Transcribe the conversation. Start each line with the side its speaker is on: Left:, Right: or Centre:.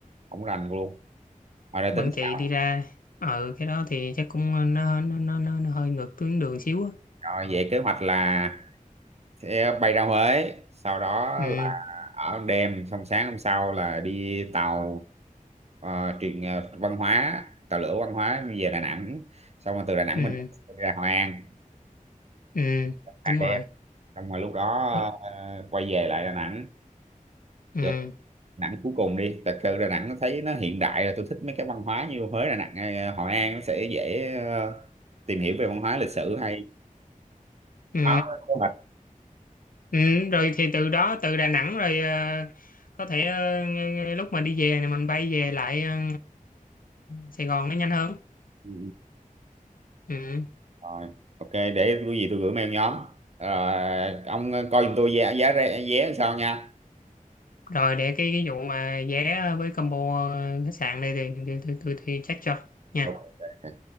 Right: không rành luôn Ngoài ra
Left: Quảng
Right: tính
Left: Trị
Right: sao?
Left: đi ra ừ cái đó thì chắc cũng ờ, nó nó nó nó, nó hơi ngược tuyến đường xíu á
Right: Rồi vậy kế hoạch là sẽ bay ra Huế, sau đó
Left: ừ
Right: là ở đêm, xong sáng hôm sau là đi tàu ờ, truyền ờ, văn hóa, tàu lửa văn hóa về Đà Nẵng, xong rồi từ Đà Nẵng
Left: ừ
Right: mình sẽ đi ra Hội An
Left: ừ
Right: hai
Left: đúng
Right: đêm,
Left: rồi
Right: xong rồi lúc đó
Left: đúng
Right: ờ, quay về lại Đà Nẵng,
Left: ừ
Right: Chờ Đà Nẵng cuối cùng đi, thật sự Đà Nẵng nó thấy nó hiện đại rồi, tôi thích mấy cái văn hóa như Huế, Đà Nẵng, ờ, Hội An nó sẽ dễ ờ, tìm hiểu về văn hóa lịch sử hay.
Left: ừ
Right: Đó, kế hoạch.
Left: ừ rồi thì từ đó từ Đà Nẵng rồi ờ, có thể ờ, ng- ng- lúc mà đi về thì mình bay về lại ờ, Sài Gòn nó nhanh hơn
Right: Ừ.
Left: ừ
Right: Rồi, ok để cái gì tôi gửi mail nhóm. Rồi ông coi giùm tôi giá giá vé vé sao nha.
Left: rồi để cái cái vụ mà vé với combo ờ, khách sạn đây thì tôi tôi tôi, tôi, tôi check cho nha
Right: Ok.